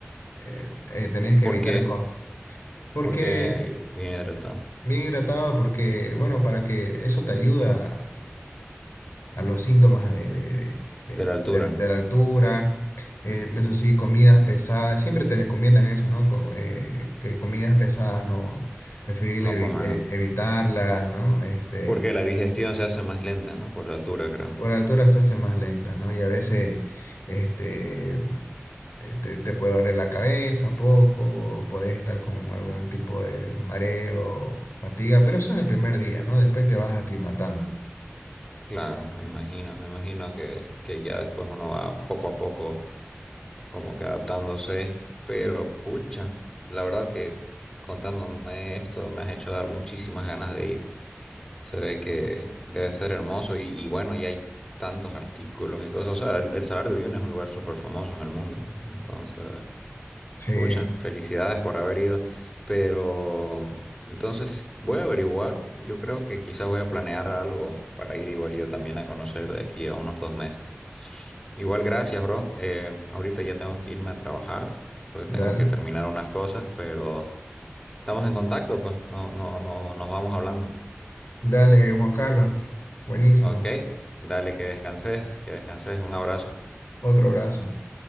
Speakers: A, on the left (about 75°); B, on the left (about 15°).
A: eh, eh, tenés que
B: ¿Por
A: evitar...
B: qué?
A: co- Porque
B: ¿Por qué viene hidratado?
A: bien hidratado, porque, bueno, para que eso te ayuda a los síntomas de, de- de-
B: De la altura,
A: de- de la altura. eh, eso sí, comidas pesadas, siempre te recomiendan eso, ¿no? Co- eh, que comidas pesadas no, preferible
B: no
A: evi-
B: comer.
A: e- evitarlas, ¿no? Este,
B: Porque la digestión se hace más lenta, ¿no? Por la altura, creo.
A: por altura se hace más lenta, ¿no? Y a veces, este, eh, te, te puede doler la cabeza un poco, o puedes estar con algún tipo de mareo, fatiga, pero eso es el primer día, ¿no? Después te vas aclimatando.
B: Claro, me imagino, me imagino que, que ya después uno va poco a poco como que adaptándose, pero pucha, la verdad que contándome esto me has hecho dar muchísimas ganas de ir. Se ve que debe ser hermoso y, y bueno, y hay tantos artículos y cosas. O sea, el, el Salar de Uyuni es un lugar súper famoso en el mundo. Entonces,
A: Sí,
B: pucha, felicidades por haber ido. Pero entonces voy a averiguar. Yo creo que quizás voy a planear algo para ir igual yo también a conocer de aquí a unos dos meses. Igual, gracias, bro. Eh, ahorita ya tengo que irme a trabajar porque
A: dale.
B: tengo que terminar unas cosas, pero estamos en contacto, pues no, no, no, nos vamos hablando.
A: Dale, Juan Carlos. Buenísimo.
B: Ok, dale, que descanses, que descanses. Un abrazo.
A: Otro abrazo.